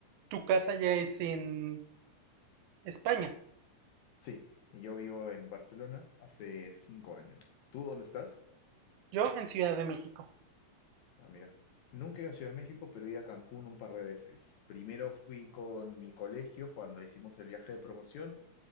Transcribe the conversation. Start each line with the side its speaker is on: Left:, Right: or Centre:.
Right: tu casa ya es en España.
Left: Sí, yo vivo en Barcelona hace cinco años. ¿Tú dónde estás?
Right: Yo en Ciudad de México.
Left: Ah, mira, nunca he ido a Ciudad de México, pero he ido a Cancún un par de veces. Primero fui con mi colegio cuando hicimos el viaje de promoción